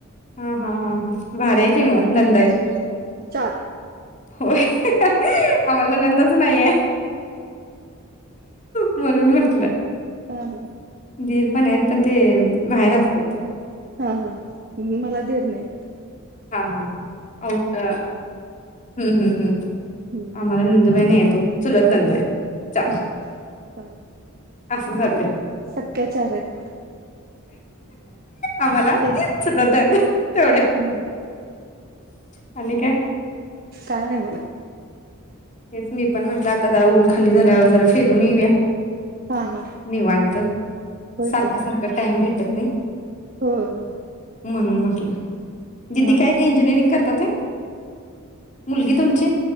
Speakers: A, on the left; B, on the right.
A: हा हा हा हा भार आहे कि म नंदा आहेत.
B: चार
A: होय आम्हाला ननंदच नाही आहे. म्हणून म्हंटलं
B: हा हा
A: दीर पण आहेत पण ते बाहेर असतात.
B: हा हा मला दिर नाहीेत.
A: हा हाम् हम्म हम्म्
B: हम्म
A: आम्हाला नंदू बाई नाही. त चुलत नंदा आहेत. चार
B: हम हा
A: असं झालंय
B: सख्याचार आहेत मला.
A: आम्हाला
B: ते
A: <unintelligible> तेवढ.
B: हम्म,
A: आणि काय?
B: काय नाही बघ.
A: हेच मी पण म्हटलं आता जरा ऊन खाली झाल्यावर जरा फिरून येऊया.
B: हा हा
A: निवांत
B: होय
A: सारख
B: की
A: सारख टाइम भेट त नाही.
B: होय हो
A: म्हणून म्हटलं. दिदी
B: हा
A: काय का इंजिनिअरिंग करतात. मुलगी तुमची